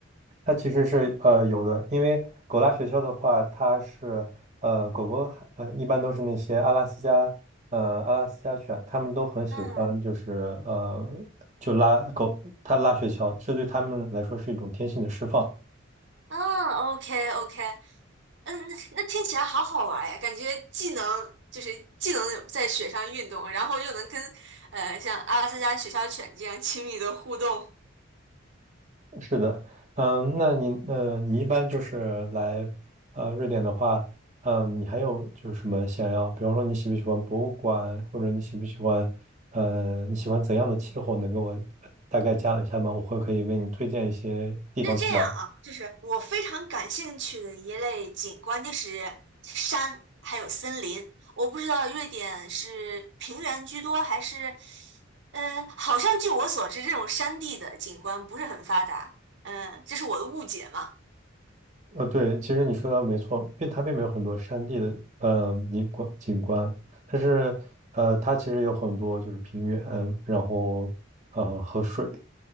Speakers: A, on the right (about 35°); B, on the right (about 60°).
A: 它其实是呃有的，因为狗拉雪橇的话，它是呃狗狗呃一般都是那些阿拉斯加呃阿拉斯加犬，它们都很喜欢就是呃就拉狗它拉雪橇，
B: 嗯，
A: 这对它们来说是一种天性的释放。
B: 嗯 o k o k 嗯，那那听起来好好玩呀，感觉既能就是既能在雪上运动，然后又能跟呃像阿拉斯加雪橇犬这样亲密的互动。
A: 是的，嗯，那你呃，你一般就是来呃瑞典的话，嗯，你还有就是什么想要，比方说你喜不喜欢博物馆，或者你喜不喜欢呃，你喜欢怎样的气候，能给我大概讲一下吗？我会可以为你推荐一些地方去玩。
B: 是这样啊，就是我非常感兴趣的一类景观就是山，还有森林。我不知道瑞典是平原居多还是，呃，好像据我所知，这种山地的景观不是很发达。嗯、这是我的误解嘛。
A: 呃，对，其实你说的没错，并它并没有很多山地的呃景观景观，但是呃，它其实有很多就是平原，然后呃和水。